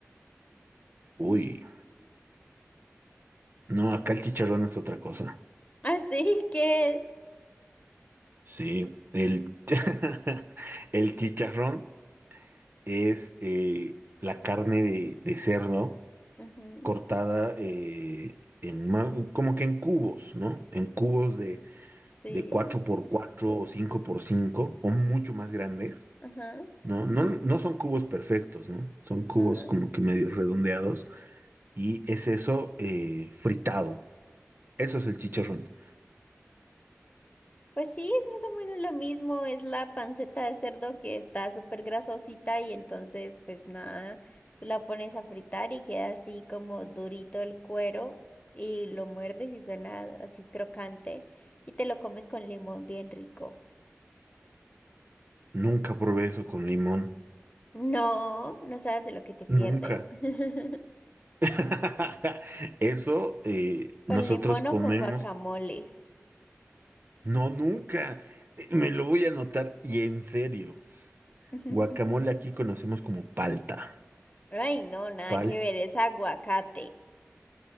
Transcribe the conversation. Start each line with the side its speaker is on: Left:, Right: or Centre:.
Right: Uy, no, acá el chicharrón es otra cosa.
Left: <laughs> Así que es.
Right: Sí, el, <laughs> el chicharrón es eh, la carne de, de cerdo
Left: Ujú,
Right: cortada eh, en ma- como que en cubos, ¿no? En cubos de,
Left: Sí.
Right: de cuatro por cuatro o cinco por cinco o mucho más grandes,
Left: Ajá,
Right: ¿no? No, no son cubos perfectos, ¿no? Son
Left: ajá.
Right: cubos como que medio redondeados y es eso eh, fritado. Eso es el chicharrón.
Left: Pues sí, es más o menos lo mismo, es la panceta de cerdo que está súper grasosita y entonces pues nada, tú la pones a fritar y queda así como durito el cuero y lo muerdes y suena así crocante y te lo comes con limón bien rico.
Right: Nunca probé eso con limón.
Left: No, no sabes de lo que te pierdes.
Right: Nunca.
Left: <laughs>
Right: <laughs> Eso eh,
Left: Con
Right: nosotros
Left: limón
Right: comemos.
Left: o con guacamole.
Right: No, nunca. Eh, Me lo voy a anotar y en serio.
Left: <laughs>
Right: Guacamole aquí conocemos como palta.
Left: Ay, no, nada
Right: Palta,
Left: que ver, es aguacate.